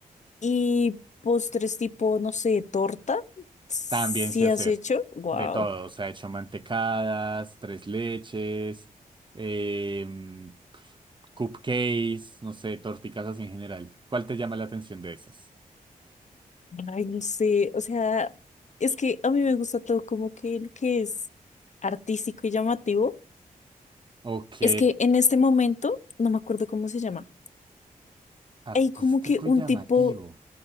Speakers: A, on the left (about 50°); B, on the right (about 30°).
A: Y postres tipo, no sé, torta, si
B: También sé hacer
A: has hecho? Wow.
B: de todo. O sea, he hecho mantecadas, tres leches, em, cupcakes, no sé, torticasas en general. ¿Cuál te llama la atención de esas?
A: Ay, no sé, o sea, es que a mí me gusta todo como que lo que es artístico y llamativo.
B: Ok,
A: Es que en este momento, no me acuerdo cómo se llama,
B: artístico
A: hay como que un
B: y llamativo.
A: tipo,